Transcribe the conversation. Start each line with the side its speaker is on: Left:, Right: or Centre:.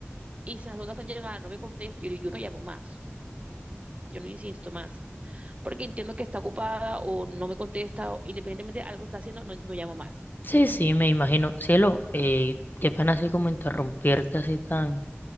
Right: y si la segunda persona llamada no me contesta, yo, digo, yo no llamo más, yo no insisto más, porque entiendo que está ocupada o no me contesta, o independientemente de algo está haciendo, no, no llamo más.
Left: Sí, sí, me imagino. Cielo, eh, qué pena así como interrumpirte así tan,